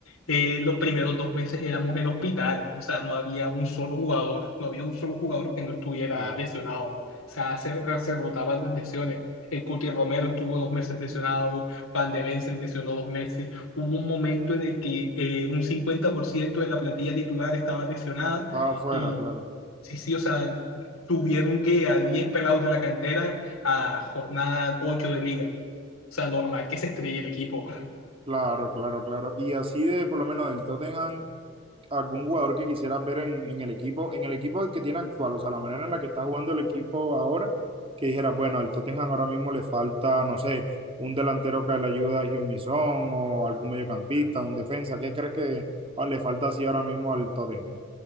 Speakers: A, on the left; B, on the right.
A: eh, los primeros dos meses éramos el hospital, o sea, no había un solo jugador, no había un solo jugador que no estuviera
B: claro.
A: lesionado, o sea, se, se rotaban las lesiones. El Cuti Romero estuvo dos meses lesionado, Van de Ven se lesionó dos meses. Hubo un momento en el que eh, un 50% de la plantilla titular estaba lesionada
B: Estaba afuera,
A: y
B: claro.
A: sí, sí, o sea, tuvieron que a 10 pelados de la cantera a jornada 8 de liga. O sea, normal que se estrelle el equipo.
B: Claro, claro, claro. Y así de, por lo menos del Tottenham, algún jugador que quisieras ver en, en el equipo, en el equipo que tiene actual, o sea, la manera en la que está jugando el equipo ahora, que dijeras, bueno, al Tottenham ahora mismo le falta, no sé, un delantero que le ayuda a Heung-min Son o algún mediocampista, un defensa, ¿qué crees que ah, le falta así ahora mismo al Tottenham?